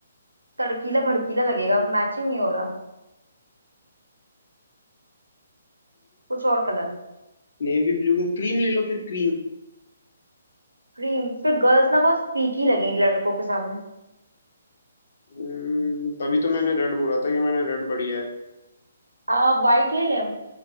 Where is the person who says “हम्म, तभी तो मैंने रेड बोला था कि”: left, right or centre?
Left